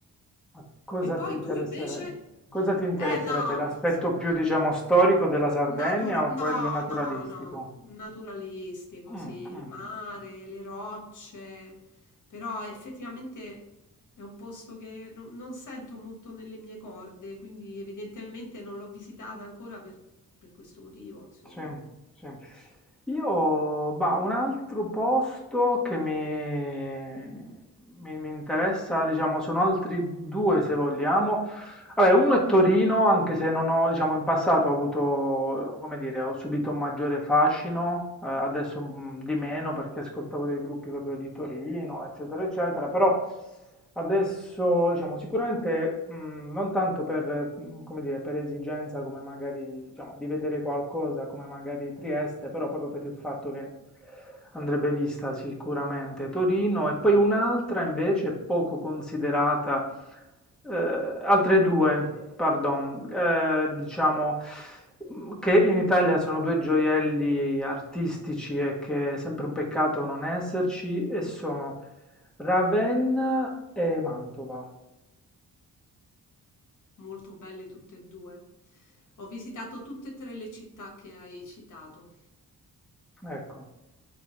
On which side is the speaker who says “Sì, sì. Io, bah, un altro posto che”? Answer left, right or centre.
Centre